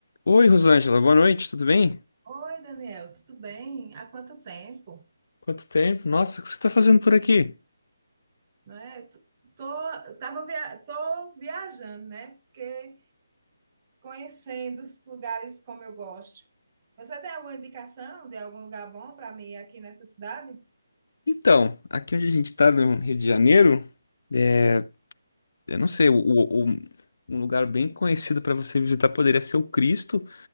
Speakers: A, on the left; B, on the right.
A: Oi, Rosângela, boa noite, tudo bem?
B: Oi, Daniel, tudo bem? Há quanto tempo,
A: Quanto tempo? Nossa, o que você está fazendo por aqui?
B: não é? T- Tô, tava via- tô viajando, né? Porque conhecendo os lugares como eu gosto. Você tem alguma indicação de algum lugar bom para mim aqui nessa cidade?
A: Então, aqui onde a gente está no Rio de Janeiro, é, eu não sei, o, o- o- um lugar bem conhecido para você visitar poderia ser o Cristo